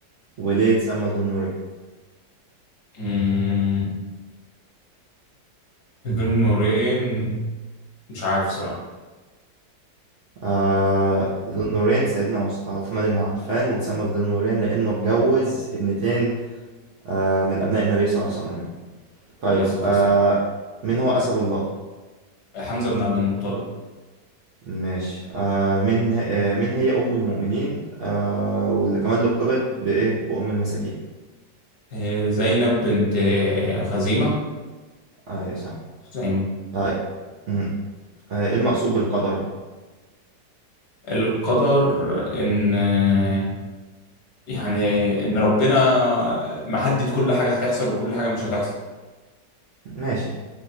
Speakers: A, on the right; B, on the left.
A: وليه اتسمى ذو النورين
B: مم. ذو النورين مش عارف صراحة
A: آه ذو النورين سيدنا عث- عثمان بن عفان واتسمى بذو النورين لأنه اتجوز ابنتين آه من أبناء النبي صلى الله عليه وسلم يعني. طيب
B: عليه الصلاة
A: آه
B: والسلام
A: مين هو أسد الله
B: حمزة بن عبد المطلب
A: ماشي آه من آه من هي أم المؤمنين آه واللي كمان لقبت بإيه بأم المساكين
B: آه زينب بنت آه، خزيمة
A: أيوة صح
B: خزيمة
A: آه مم. آه إيه المقصود بالقدر
B: القدر إن آه، يعني إن ربنا محدد كل حاجة هتحصل وكل حاجة مش هتحصل
A: ماشي